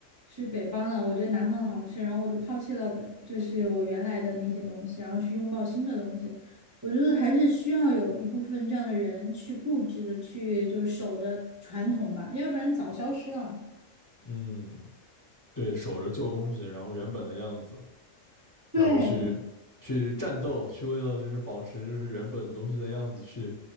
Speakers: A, on the right; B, on the left.
A: 是北方的，我觉得南方的好吃，然后我就抛弃了北，就是我原来的那些东西，然后去拥抱新的东西。我觉得还是需要有一部分这样的人去固执的去就守着传统吧，要不然早消失了。
B: 嗯，对，守着旧东西，然后原本的样子，然后去去战斗，
A: 对，
B: 去为了就是保持就是原本东西的样子去